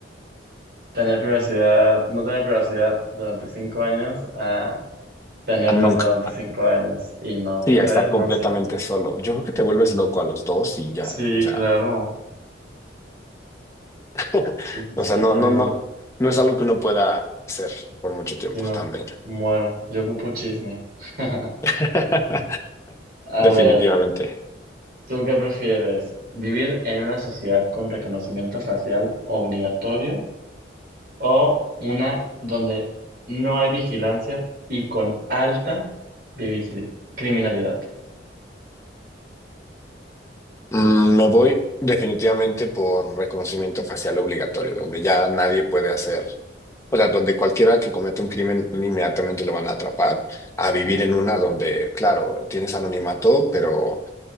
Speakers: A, on the right; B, on the left.
A: tener privacidad, no tener privacidad durante cinco años a tenerlas
B: A nunca.
A: durante cinco años y no,
B: Sí, a
A: ¿sabes?
B: estar completamente
A: No, sí.
B: solo. Yo creo que te vuelves loco a los dos y ya,
A: Sí,
B: o sea,
A: claro,
B: <laughs>
A: sí, sí,
B: o
A: sí,
B: sea, no,
A: ay
B: no,
A: no,
B: no, no es algo que uno pueda hacer por mucho tiempo
A: sí, no,
B: también.
A: muero, yo ocupo chisme. <laughs>
B: <laughs>
A: A
B: Definitivamente.
A: ver, ¿tú qué prefieres? ¿Vivir en una sociedad con reconocimiento facial obligatorio? O una donde no hay vigilancia y con alta vigili- criminalidad.
B: Mm, Me voy definitivamente por reconocimiento facial obligatorio, donde ya nadie puede hacer, o sea, donde cualquiera que cometa un crimen inmediatamente lo van a atrapar, a vivir en una donde, claro, tienes anonimato, pero